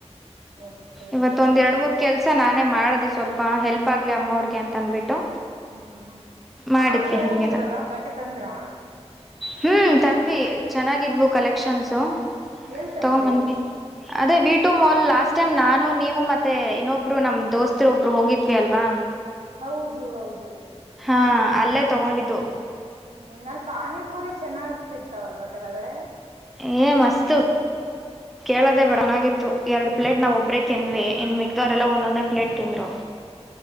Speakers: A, on the right; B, in the centre.
A: ಓಕೆ
B: ಇವತ್ತ ಒಂದ್ ಎರಡ್ ಮೂರ್ ಕೆಲ್ಸ ನಾನು ಮಾಡೆ ಸ್ವಲ್ಪ ಹೆಲ್ಪ್ ಆಗಲಿ
A: ಹ್ಮ
B: ಅಮ್ಮವ್ರಿಗೆ ಅಂತ ಅಂದ್ಬಿಟ್ಟು
A: ಹ್ಮ್
B: ಮಾಡಿದ್ವಿ
A: ಆಚೆ
B: ಹಾಗೇನ
A: ಹೋಗಿದ್ರಲ್ಲ ಬಟ್ಟೆ ತಂದ್ರ
B: ಹ್ಞ ತಂದ್ವಿ ಚೆನ್ನಾಗಿದ್ವು ಕಲೆಕ್ಷನ್ಸು
A: ಇಲ್ಲಿ ತಂದರೆ
B: ತಗೊಂಬಂದ್ವಿ ಅದೇ ವೀಟು ಮಲ ಲಾಸ್ಟ್ ಟೈಮ್ ನಾನು ನೀವು ಮತ್ತೆ ಇನ್ನೊಬ್ರು ನಮ್ ದೋಸ್ತರು ಒಬ್ರು ಹೋಗಿದ್ವಿ ಅಲ್ವಾ
A: ಹೌದು ಹೌದು
B: ಹಾ ಅಲ್ಲೇ ತಗೊಂಡಿದ್ದು
A: ಹ್ಮ್ ಅಲ್ಲಿ ಪಾನಿಪೂರಿ ಚೆನ್ನಾಗ್ ಸಿಗ್ತಾವಲ್ವ ತಳಗಡೆ
B: ಏ ಮಸ್ತು ಕೇಳದೆೇ ಬಿೇಡನಾಗಿತ್ತು ಎರಡು ಪ್ಲೇಟ್ ನಾವವುೊಬ್ಬರೇ ತಿಂದ್ವಿ ಇನ್ನು ಮಿಕ್ದವರೆಲ್ಲ ಒಂದೊಂದೇ ಪ್ಲೇಟ್ ತಿಂದ್ರು